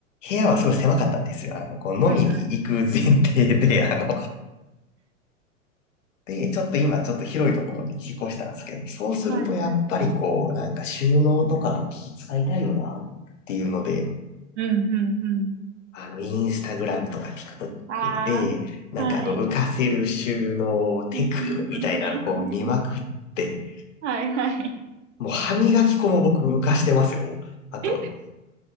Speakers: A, on the left; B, on the right.
A: 部屋はすごい狭かったんですよ。あの、こう飲みに行く前提で、
B: はい、はい、
A: あの、で、ちょっと今ちょっと広いところに引っ越したんですけど、そうするとやっぱりこう、
B: はい、はい。
A: なんか収納とかも気使いたいよなっていうので、
B: うん、うん、うん。
A: あの、インスタグラムとか TikTok
B: あ
A: で、なんかあの、
B: あ、はい。
A: 浮かせる収納テクみたいなのこう見まくって、
B: うんうんうんうんうんはいはい。
A: もう歯磨き粉も僕浮かしてますよ。あと、
B: え、